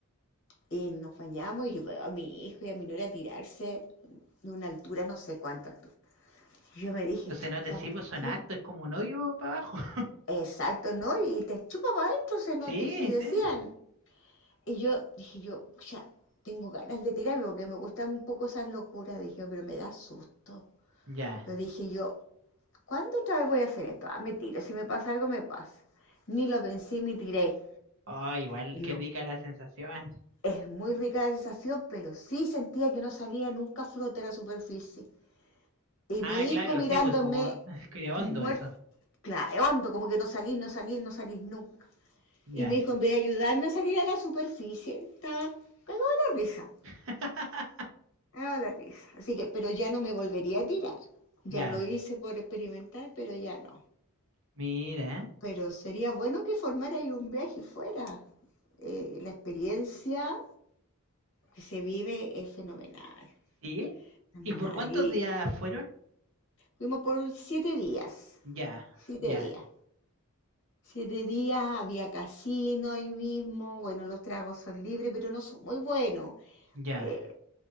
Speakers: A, on the left; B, on the right.
A: y nos bañamos y yo veo a mi hijo y a mi nuera tirarse de una altura, no sé cuánta altura. Yo me dije,
B: Los
A: chuta,
B: cenotes sí,
A: ¿por
B: pues son
A: qué?
B: altos, es como un hoyo para abajo. <laughs>
A: Exacto, ¿no? Y te chupa para adentro cenotes
B: Sí,
A: y decían,
B: sí.
A: Y yo dije, yo ya tengo ganas de tirarme porque me gustan un poco esas locuras. Dije, pero me da susto.
B: Ya.
A: Pero dije yo, ¿cuándo otra vez voy a hacer esto? Ah, me tiro. Si me pasa algo, me pasa. Ni lo pensé y me tiré.
B: Oh, igual,
A: Y
B: qué
A: lo,
B: rica la sensación.
A: es muy rica la sensación, pero sí sentía que no salía nunca a flote a la superficie. Y
B: Ah,
A: mi
B: claro,
A: hijo mirándome
B: sí, pues como... <laughs> que hondo
A: muerto,
B: eso.
A: claro, hondo, como que no salís, no salís, no salís nunca.
B: Ya.
A: Y mi hijo, en vez de ayudarme a salir a la superficie, estaba cagado de la risa.
B: <laughs>
A: Ah, la risa. Así que, pero ya no me volvería a tirar. Ya
B: Ya,
A: lo hice por experimentar, pero ya no.
B: mira,
A: Pero sería bueno que formara ahí un viaje fuera. Eh, la experiencia que se vive es fenomenal.
B: ¿Sí?
A: Fenomenal.
B: ¿Y por cuántos
A: Y
B: días fueron?
A: fuimos por siete días.
B: Ya,
A: Siete
B: ya,
A: días. Siete días, había casino ahí mismo. Bueno, los tragos son libres, pero no son muy buenos.
B: ya.
A: Eh,